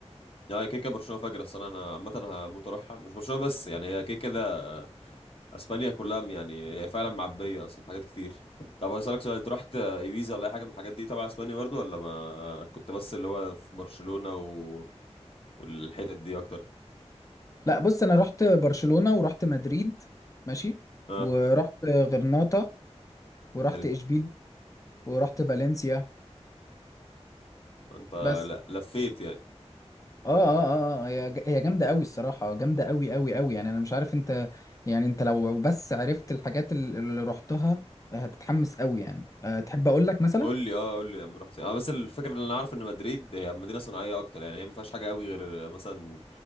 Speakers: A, on the left (about 55°); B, on the left (about 30°).
A: يا كيكه برشلونه فجر السنه انا عامه هموت اروحها مش برشلونه بس يعني هي كيكه ده اسبانيا كلها يعني هي فعلا معبيه اصلا حاجات كتير طب هسألك سؤال انت رحت ايبيزا ولا اي حاجه من الحاجات دي تبع اسبانيا برضو ولا ما كنت بس اللي هو في برشلونه و... والحتت دي اكتر
B: لا بص انا رحت برشلونة ورحت مدريد ماشي
A: اه
B: ورحت غرناطة ورحت
A: حلو
B: اشبيل ورحت فالنسيا
A: انت
B: بس
A: لا لفيت يعني
B: اه اه اه آه، هي ج- هي جامدة قوي الصراحة جامدة قوي قوي قوي يعني انا مش عارف انت يعني انت لو بس عرفت الحاجات ال- اللي رحتها هتتحمس قوي يعني أه تحب اقول لك مثلا
A: قول لي اه قول لي يا عم رحت فين. انا بس الفكره اللي انا عارف ان مدريد هي مدينه صناعيه اكتر يعني هي ما فيهاش حاجه قوي غير مثلا